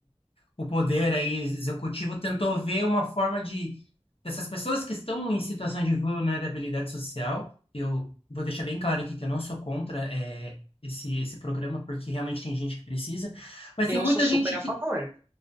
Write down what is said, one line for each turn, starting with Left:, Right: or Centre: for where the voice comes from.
Left: o poder aí executivo tentou ver uma forma de dessas pessoas que estão em situação de vulnerabilidade social. Eu vou deixar bem claro aqui que eu não sou contra eh, esse esse programa porque realmente tem gente que precisa, mas
Right: eu
Left: tem muita
Right: sou super
Left: gente que
Right: a favor.